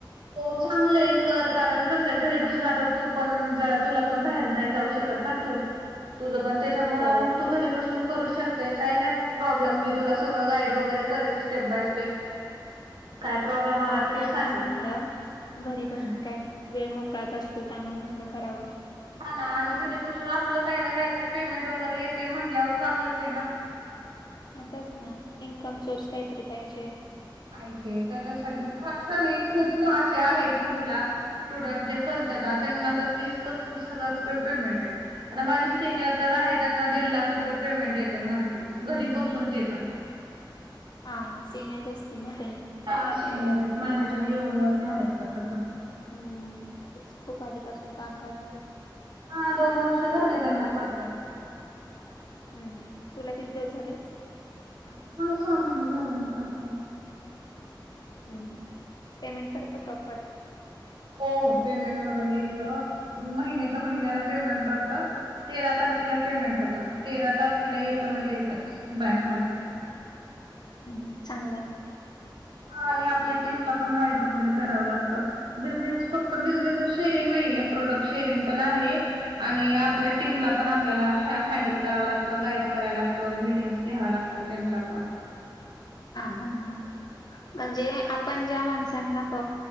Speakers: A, on the right; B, on the left.
A: हो चांगलंय कर. कारण कसय, घरी बसून आता तू पण जा तुला पण बाहेर नाही जाऊ शकत ना. तू. तुझ पण त्याच्यामुळे
B: हो
A: मग तू घरी बसून करू शक ते. काही नाही प्रॉब्लेम. मी तुला सगळं गाईड वगैरे करेल. Step by step. काय प्रॉब्लेम
B: हा
A: आला तरी
B: त्यामुळेच
A: सांगेल.
B: म्हणलं घरी
A: हम्म
B: बसून काय वेळ मोकळाचा असतो त्यामुळ म्हणलं करावं.
A: हा ना आणि घरी बसून आपलं काय ना कायतरी पेमेंट वगैरे येतय म्हटल्यावर चांगलंच आय ना.
B: हा तेच ना इन्कम सोर्स काहीतरी पाहिजे.
A: पाहिजे त्याच्यासाठी हा छान खूप असे आहेत महिला स्टुडंट जे करत्यात त्यांना तर तीस पस्तीस हजार रुपये पेमेंट येते. आता माझी सिनियर तर आहे त्यांना दीड लाख रुपये पेमेंट येतय मंथली घरी बसून ते पण.
B: हा सीनियर्स असतील ना ते.
A: ह सिनियर आयत मॅनेजर लेव्हल वरती आहेत आत्ता सध्या.
B: हम्म तेच खूप आधीपासून काम करणाऱ्या.
A: हा दोन वर्ष झाले त्यांना करत्यात.
B: हम्म हम्म तुला किती दिवस झाले?
A: आता मला सहा महिना झाल मी करतेया.
B: हम् हम् पेमेंट पडत प्रॉपर?
A: हो हो पेमेंट वगैरे येत महिन्याच्या महिन्याला पेमेंट पडतं. तेरा तारखेला पेमेंट होत तेरा तारखेला येतं म्हणजे येतच बँकमध्ये.
B: हम्म चांगलंय.
A: हा आणि आपल्या टीमला पण गाईड वगैरे करावं लागतं. बिझनेस फक्त बिझनेसच शेअरिंग नाहीये प्रोडक्ट शेअरिंग पण आहे. आणि आपल्या टीमला पण आपल्याला ह्या - हँडल करावं लागतं गाईड करावं लागतं मिटिंगस घ्याव लाग तात त्यांच्या पण.
B: हा हा म्हणजे आपण ज्या माणसांना प